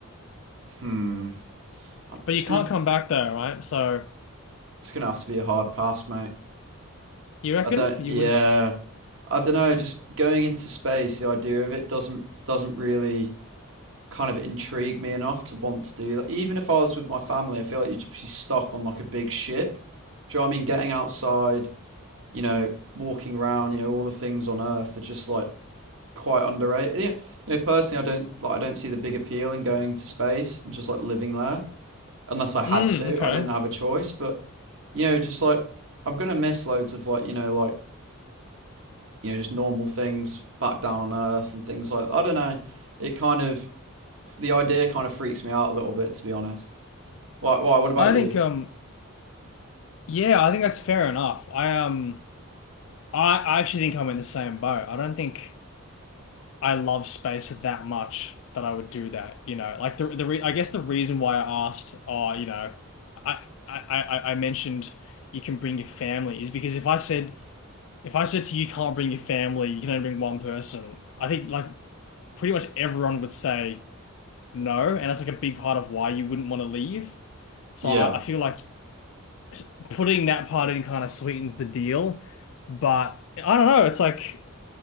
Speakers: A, on the right; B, on the left.
A: Hmm. I'm
B: But
A: just
B: you
A: gonna.
B: can't come back there, right? So
A: It's gonna have to be a hard pass, mate.
B: you reckon
A: I don't.
B: you
A: Yeah.
B: wouldn't?
A: I don't know. Just going into space, the idea of it doesn't doesn't really kind of intrigue me enough to want to do that. Even if I was with my family, I feel like you'd just be stuck on like a big ship. Do you know what I mean? Getting outside, you know, walking around, you know, all the things on Earth are just like quite underrated. You know, you know, personally, I don't like. I don't see the big appeal in going to space and just like living there, unless I had
B: Mm,
A: to.
B: okay.
A: I didn't have a choice, but you know, just like I'm gonna miss loads of like you know, like you know, just normal things back down on Earth and things like. I don't know. It kind of the idea kind of freaks me out a little bit, to be honest. Why? Why? What about
B: I
A: you?
B: think um yeah, I think that's fair enough. I um I, I actually think I'm in the same boat. I don't think I love space that much that I would do that, you know. Like the the re I guess the reason why I asked uh, you know, I I I I mentioned you can bring your family is because if I said if I said to you, you can't bring your family, you can only bring one person, I think like pretty much everyone would say no, and that's like a big part of why you wouldn't want to leave. So
A: Yeah.
B: I, I feel like s- putting that part in kind of sweetens the deal, but I don't know. It's like